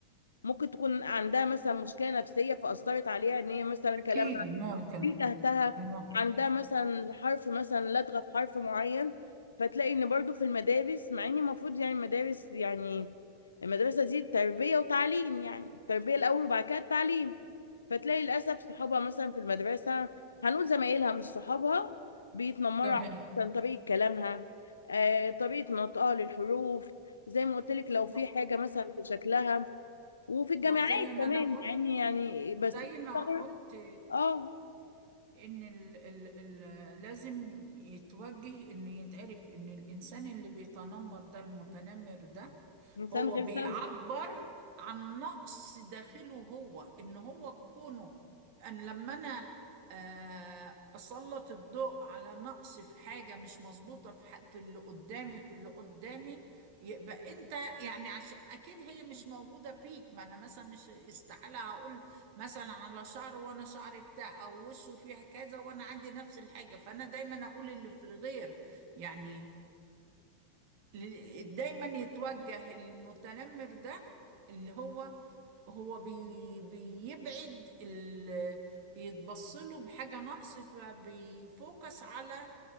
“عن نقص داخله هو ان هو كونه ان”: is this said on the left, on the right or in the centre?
Right